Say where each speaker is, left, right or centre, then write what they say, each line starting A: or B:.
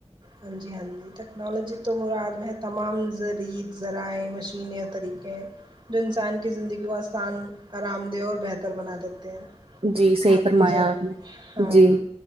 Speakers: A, on the right; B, on the right.
A: ہاں جی ہاں جی ٹیکنالوجی تو مراد میں ہے تمام زرید ذرائع مشینیں اور طریقے جو انسان کی زندگی کو آسان آرام دہ اور بہتر بنا دیتے ہیں
B: جی صحیح
A: آپ
B: فرمایا
A: بھی جان
B: آپ نے
A: ہاں
B: جی